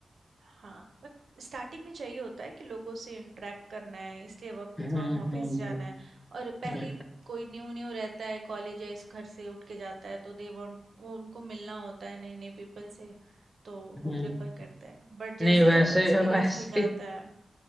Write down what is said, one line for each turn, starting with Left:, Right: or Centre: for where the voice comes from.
Right: हाँ बट स्टार्टिंग में चाहिए होता है कि लोगों से इंटरेक्ट करना है इसलिए वर्क
Centre: हम्म
Right: फ्रॉम ऑफिस
Centre: हम्म हम्म
Right: जाना है और पहली
Centre: हम्म
Right: कोई न्यू न्यू रहता है कॉलेज या इस घर से उठ के जाता है तो दे वांट वो उनको मिलना होता है नए नए पीपल से तो
Centre: हम्म।
Right: वो प्रेफर करते हैं बट जैसे
Centre: नहीं वैसे
Right: ही आपको एक्सपीरियंस
Centre: <laughs> वैसे
Right: हो जाता है